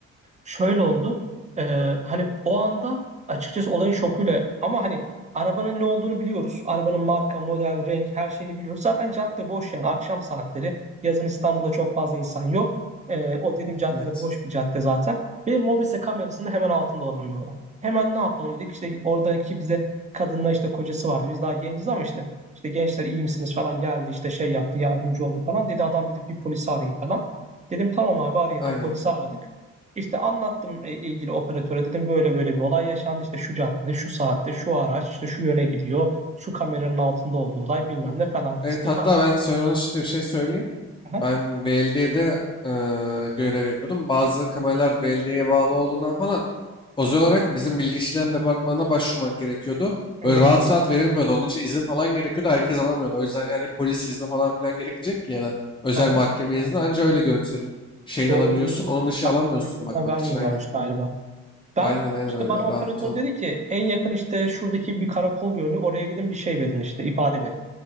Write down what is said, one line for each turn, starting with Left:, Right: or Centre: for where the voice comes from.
Right: Şöyle oldu. Ee, hani o anda açıkçası olayın şokuyla ama hani arabanın ne olduğunu biliyoruz. Arabanın marka, model, renk her şeyini biliyoruz. Zaten cadde boş yani akşam saatleri. Yazın İstanbul'da çok fazla insan yok. Ee, o dediğim caddede
Left: Evet
Right: boş bir cadde zaten. Ve Mobese kamerasının hemen altında olan bir olay. Hemen ne yapalım dedik. İşte oradaki bize kadınla işte kocası vardı. Biz daha genciz ama işte işte gençler iyi misiniz falan geldi. işte şey yaptı yardımcı oldu falan. Dedi adam dedi bir polisi arayın falan. Dedim tamam abi arayalım.
Left: aynen.
Right: Polisi aradık. İşte anlattım e, ilgili operatöre dedim böyle böyle bir olay yaşandı işte şu caddede şu saatte şu araç işte şu yöne gidiyor şu kameranın altında olduğu olay bilmem ne falan fistik
Left: Evet hatta
Right: anlattım.
Left: ben söyle ona şimdi bir şey söyleyeyim.
Right: Aha.
Left: Ben belediyede eee, görev yapıyordum. Bazı kameralar belediyeye bağlı olduğundan falan özel olarak bizim bilgi işlem departmanına başvurmak gerekiyordu.
Right: Hmm.
Left: Böyle rahat rahat verilmiyordu. Onun için izin falan gerekiyordu. Herkes alamıyordu. O yüzden yani polis izni falan filan gerekecek ki ya da özel
Right: Aha.
Left: mahkeme izni anca öyle görüntülerin şeyini
Right: Doğru
Left: alabiliyorsun.
Right: doğru
Left: Onun dışı
Right: kamera
Left: alamıyorsun
Right: kayıtlarından
Left: bakmak
Right: vermiyorlarmış
Left: için aynen.
Right: galiba. Ben
Left: Aynen aynen
Right: işte
Left: öyle.
Right: bana operatör
Left: Rahat olmuyor.
Right: dedi ki en yakın işte şuradaki bir karakol görünüyor. Oraya gidin bir şey verin işte ifade verin.